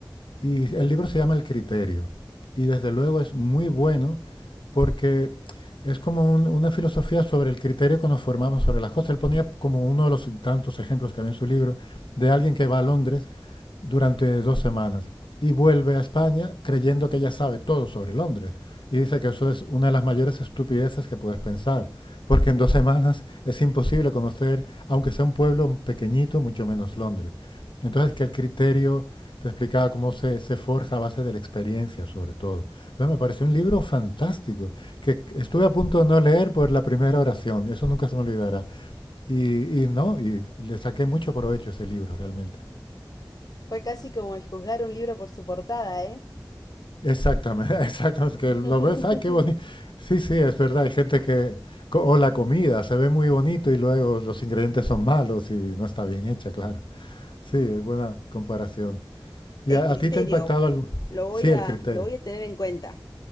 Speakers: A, on the left; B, on the left.
A: Y el libro se llama El Criterio. Y desde luego es muy bueno porque es como un- una filosofía sobre el criterio que nos formamos sobre las cosas. Él ponía como uno de los tantos ejemplos que había en su libro de alguien que va a Londres durante dos semanas y vuelve a España creyendo que ya sabe todo sobre Londres. Y dice que eso es una de las mayores estupideces que puedes pensar, porque en dos semanas es imposible conocer, aunque sea un pueblo pequeñito, mucho menos Londres. Entonces, que el criterio te explicaba cómo se, se forja a base de la experiencia, sobre todo. Entonces me pareció un libro fantástico, que estuve a punto de no leer por la primera oración, eso nunca se me olvidará. Y, y no, y le saqué mucho provecho a ese libro realmente.
B: Fue casi como el juzgar un libro por su portada, ¿eh?
A: Exactamente, <laughs> exactamente, que
B: <laughs>
A: lo ves, ay, qué bonito. Sí, sí, es verdad, hay gente que, co- o la comida, se ve muy bonito y luego los ingredientes son malos y no está bien hecha, claro. Sí, es buena comparación. ¿Y
B: El
A: a,
B: criterio,
A: a ti te ha impactado algo?
B: lo voy
A: Sí, el
B: a,
A: criterio,
B: lo voy a tener en cuenta.